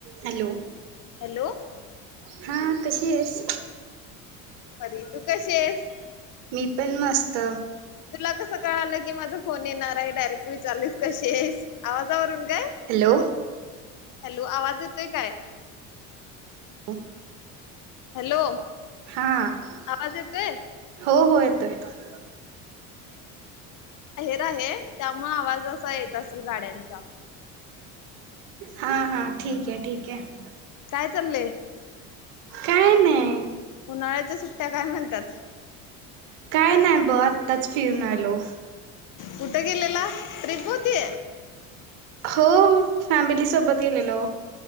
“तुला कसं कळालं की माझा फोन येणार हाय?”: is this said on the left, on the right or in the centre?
Left